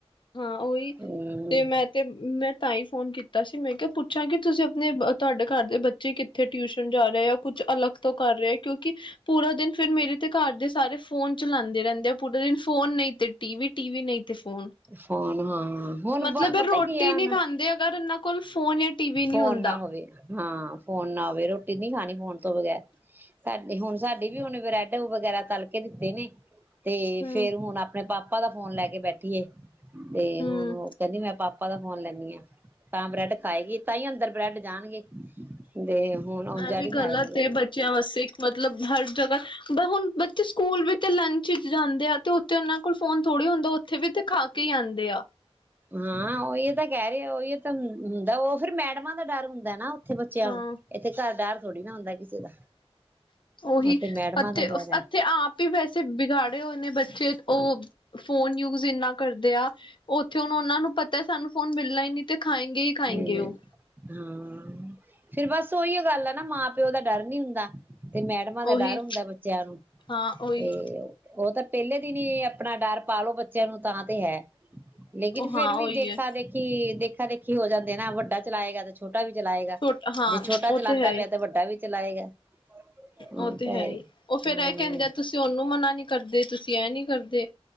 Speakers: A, on the left; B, on the right.
A: ਹਾਂ ਉਹੀ
B: ਹਮ
A: ਤੇ ਮੈਂ ਤੇ ਮੈਂ ਤਾਂ ਹੀ ਫੋਨ ਕੀਤਾ। ਕੀਤਾ ਸੀ ਮੈਂ ਕਿਹਾ ਪੁੱਛਾਂ ਕਿ ਤੁਸੀਂ ਆਪਣੇ ਤੁਹਾਡੇ ਘਰ ਦੇ ਬੱਚੇ ਕਿੱਥੇ ਟਿਊਸ਼ਨ ਜਾ ਰਹੇ ਆ ਕੁੱਝ ਅਲੱਗ ਤੋਂ ਕਰ ਰਹੇ ਕਿਉਂਕਿ ਕਿ ਪੂਰਾ ਦਿਨ ਫੇਰ ਮੇਰੇ ਤੇ ਘਰ ਦੇ ਸਾਰੇ ਫੋਨ ਚਲਾਉਂਦੇ ਰਹਿੰਦੇ ਆ ਪੂਰਾ ਦਿਨ ਫੋਨ ਨਹੀਂ ਤੇ ਟੀ ਵੀ ਟੀ ਵੀ ਨਹੀਂ ਤੇ ਫੋਨ
B: ਹੁਣ ਹਾਂ ਹੁਣ
A: ਮਤਲਬ
B: ਪਤਾ
A: ਇਹ ਰੋਟੀ
B: ਕੀ ਹੈ
A: ਨਹੀਂ
B: ਹੁਣ
A: ਖਾਂਦੇ ਅਗਰ ਇਹਨਾਂ ਕੋਲ ਫੋਨ ਜਾਂ ਟੀ ਵੀ ਨਹੀਂ
B: ਫੋਨ
A: ਹੁੰਦਾ।
B: ਨਾ ਹੋਵੇ ਹਾਂ ਫੋਨ ਨਾ ਆਵੇ ਰੋਟੀ ਨੀ ਖਾਣੀ ਫੋਨ ਤੋਂ ਬਗ਼ੈਰ ਸਾ ਹੁਣ ਸਾਡੀ ਵੀ ਹੁਨ ਬ੍ਰੈਡ ਵਗੈਰਾ ਤਲ ਕੇ ਦਿੱਤੇ ਨੇ। ਤੇ
A: ਹਮ
B: ਫੇਰ ਹੁਣ ਆਪਣੇ ਪਾਪਾ ਆਪਾਂ ਦਾ ਫੋਨ ਲੈ ਕੇ ਬੈਠੀਏ ਤੇ
A: ਹਮ
B: ਹੁਣ ਉਹ ਕਹਿੰਦੀ ਮੈਂ ਪਾਪਾ ਪਾਪਾਂ ਦਾ ਫੋਨ ਲੈਂਦੀ ਹਾਂ। ਤਾਂ ਬਰੈਡ ਖਾਏਗੀ ਬ੍ਰੈਡ ਜਾਣਗੇ। ਤੇ ਹੁਣ ਆਉਣ
A: ਆ
B: ਜਾ
A: ਵੀ
B: ਹੀ
A: ਗਲਤ
B: ਜਾਏਗੇ
A: ਹੈ ਬੱਚਿਆਂ ਵਾਸਤੇ ਮਤਲਬ ਹਰ ਜਗ੍ਹਾ ਬ ਹੁਣ ਬੱਚੇ ਸਕੂਲ ਵੀ ਤੇ ਲੰਚ ਵਿਚ ਜਾਂਦੇ ਆ ਤੇ ਉੱਥੇ ਉਹਨਾਂ ਕੋਲ ਫੋਨ ਥੋੜ੍ਹੇ ਹੁੰਦਾ ਉੱਥੇ ਵੀ ਤੇ ਖਾ ਕੇ ਹੀ ਆਉਂਦੇ ਆ।
B: ਹਾਂ ਉਹੀ ਤਾਂ ਕਹਿ ਰਹੇ ਉਹੀ ਤਾਂ ਹੁੰਦਾ ਉਹ ਫਿਰ ਮੈਡਮਾਂ ਦਾ ਡਰ ਹੁੰਦਾ ਨਾ। ਇਥੇ ਬੱਚਿਆਂ
A: ਹਾਂ
B: ਨੂੰ ਇੱਥੇ ਘਰ ਡਰ ਥੋੜੀ ਨਾ ਹੁੰਦਾ ਕਿਸੇ ਦਾ।
A: ਉਹੀ
B: ਉਹ ਤੇ ਮੈਡਮਾਂ
A: ਅਤੇਥ
B: ਦਾ ਡਰ
A: ਅਤੇੱਥੇ
B: ਹੈ
A: ਆਪ ਹੀ ਵੈਸੇ ਬਿਗਾੜ ੜੇ ਹੋਏ ਨੇ ਬੱਚੇ ਉਹ ਫੋਨ ਯੂਜ ਇੰਨਾ ਕਰਦੇ ਆ ਉੱਥੇ ਹੁਣ ਉਹਨਾਂ ਨੂੰ ਪਤਾ ਸਾਨੂੰ ਫੋਨ ਮਿਲਣਾ ਹੀ ਨੀ ਤੇ ਖਾਏਗੇ ਹੀ ਖਾਏਗੇ
B: ਮੈਨ
A: ਉਹ।
B: ਹਾਂ ਫੇਰ ਬਸ ਉਓਹੀ ਗੱਲ ਆ ਨਾ ਮਾਂ ਪਿਓ ਦਾ ਡਰ ਨੀ ਹੁੰਦਾ ਤੇ ਮੈਡਮਾਂ ਦਾ
A: ਉਹੀ
B: ਡਰ ਹੁੰਦਾ ਬੱਚਿਆਂ ਨੂੰ
A: ਹਾਂ ਉਹੀ
B: ਤੇ ਉਹ ਤਾਂ ਪਹਿਲੇ ਦਿਨ ਏ ਆਪਣਾ ਡਰ ਪਾਲੋ ਬੱਚਿਆਂ ਨੂੰ ਤਾਂ ਤੇ ਹੈ ਲੇਕਿਨ
A: ਉਹ
B: ਫੇਰ
A: ਹਾਂ
B: ਵੀ
A: ਉਹੀ
B: ਦੇਖਾ
A: ਹੈ
B: ਦੇਖੀ ਦੇਖ ਦੇਖੀ ਹੋ ਜਾਂਦੇ ਨਾ ਵੱਡਾ ਚਲਾਏਗਾ ਤੇ ਛੋਟਾ ਛੋਟਾ ਵੀ ਚਲਾਏਗਾ
A: ਛੋਟਾ ਹਾਂ
B: ਜੇ ਛੋਟਾ ਚਲਾਦਾ
A: ਉਹ ਤੇ ਹੈ
B: ਪਿਆ
A: ਹੀ
B: ਤਾਂ ਵੱਡਾ ਵੀ ਚਲਾਏਗਾ ਹਾਂ
A: ਉਹ ਤੇ
B: ਤਾਂ
A: ਹੈ ਹੀ ਉਹ ਫੇਰ
B: ਹਮ
A: ਇਹ ਕਹਿੰਦੇ ਆ ਤੁਸੀਂ ਉਹਨੂੰ ਮਨਾ ਨਹੀਂ ਕਰਦੇ ਤੁਸੀਂ ਇਹ ਨਹੀਂ ਕਰਦੇ